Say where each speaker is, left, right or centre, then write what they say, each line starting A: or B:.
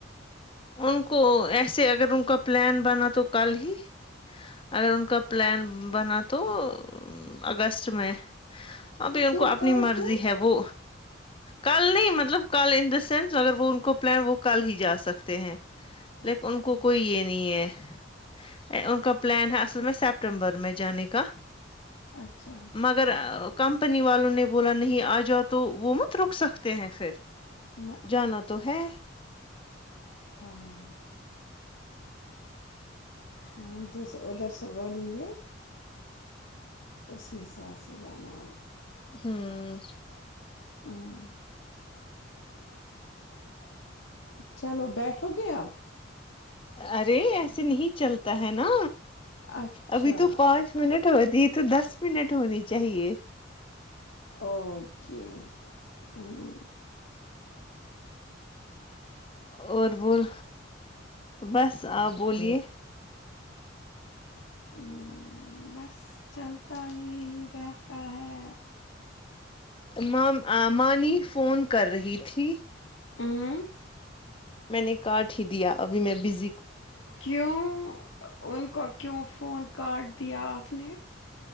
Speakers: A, on the left; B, on the left.
A: ان کو ایسے اگر ان کا پلان بنا تو کل ہی اگر ان کا پلان بنا تو ام اگست میں ابھی ان
B: کیوں
A: کو اپنی
B: کل
A: مرضی
B: کیوں
A: ہے وہ کل نہیں مطلب کل ان دا سینس اگر وہ ان کو پلان وہ کل ہی جا سکتے ہیں لیکن
B: اچھا
A: ان کو کوئی یہ نہیں ہے ای ان کا پلان ہے اصل میں سپٹمبر میں جانے کا
B: اچھا
A: اگر ا کمپنی والوں نے بولا نہیں آ جاؤ تو وہ مت رک سکتے ہیں پھر
B: نہ
A: جانا تو ہے
B: ہاں ہوں جیسے ادھر سے بولیں گے اسی حساب سے جانا ہوا
A: ہوں
B: ہاں <unintelligible> چلو بیٹھو گے اب
A: ارے ایسے نہیں چلتا ہے نا
B: اچھا
A: ابھی تو پانچ منٹ ہوتی یہ تو دس منٹ ہونی چاہیے
B: اووو کے امم
A: اور بول بس آپ بولیے
B: اممم بس چلتا ہی رہتا ہے
A: مام آں مانی فون کر رہی تھی
B: امم
A: میں نے کاٹ ہی دیا ابھی میں بز
B: کیوں ان کو کیوں فون کاٹ دیا آپ نے